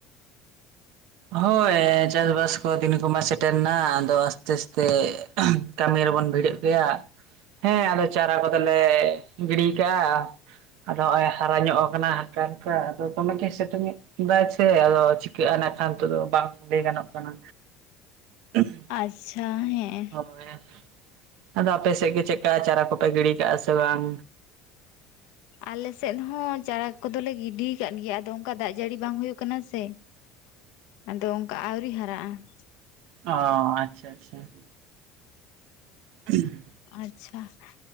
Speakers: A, on the right (about 70°); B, on the left (about 75°).
A: ᱦᱳᱭ ᱪᱟᱥᱵᱟᱥ ᱠᱚ ᱫᱤᱱ ᱠᱚᱢᱟ ᱥᱮᱴᱮᱨᱱᱟ ᱾ ᱟᱫᱚ ᱟᱥᱛᱮ ᱟᱥᱛᱮ ᱠᱟᱹᱢᱤ ᱨᱮᱵᱚᱱ ᱵᱷᱤᱲᱟᱹᱜ ᱜᱮᱭᱟ ᱾ ᱦᱮᱸ ᱟᱫᱚ ᱪᱟᱨᱟ ᱠᱚᱫᱚᱞᱮ ᱜᱤᱲᱤ ᱠᱟᱜᱼᱟ ᱾ ᱟᱫᱚ ᱱᱚᱜᱼᱚᱭ ᱦᱟᱨᱟ ᱧᱚᱜ ᱠᱟᱱᱟ ᱦᱟᱞᱠᱟ ᱦᱟᱞᱠᱟ ᱟᱫᱚ ᱫᱚᱢᱮ ᱜᱮᱭ ᱥᱤᱛᱩᱝ ᱮᱫ ᱫᱟᱭ ᱥᱮ ᱟᱫᱚ ᱪᱤᱠᱟᱹᱜᱼᱟ ᱱᱟᱜᱼᱠᱷᱟᱱ ᱱᱤᱛᱚᱜ ᱫᱚ ᱵᱟᱝ ᱞᱟᱹᱭ ᱜᱟᱱᱚᱜ ᱠᱟᱱᱟ ᱾
B: ᱟᱪᱪᱷᱟ ᱦᱮᱸ
A: <unintelligible> ᱟᱫᱚ ᱟᱯᱮ ᱥᱮᱫ ᱜᱮ ᱪᱮᱫᱠᱟ ᱪᱟᱨᱟ ᱠᱚᱯᱮ ᱜᱤᱲᱤ ᱠᱟᱜᱼᱟ, ᱥᱮ ᱵᱟᱝ?
B: ᱟᱞᱮ ᱥᱮᱫ ᱦᱚᱸ ᱪᱟᱨᱟ ᱠᱚᱫᱚᱞᱮ ᱜᱤᱰᱤ ᱠᱟᱫ ᱜᱮᱭᱟ ᱾ ᱟᱫᱚ ᱚᱱᱠᱟ ᱫᱟᱜ ᱡᱟᱹᱲᱤ ᱵᱟᱝ ᱦᱩᱭᱩᱜ ᱠᱟᱱᱟ ᱥᱮ, ᱟᱫᱚ ᱚᱱᱠᱟ ᱟᱣᱨᱤ ᱦᱟᱨᱟᱜᱼᱟ ᱾
A: ᱚ ᱟᱪᱪᱷᱟ, ᱟᱪᱪᱷᱟ ᱾ <unintelligible>
B: ᱟᱪᱪᱷᱟ ᱾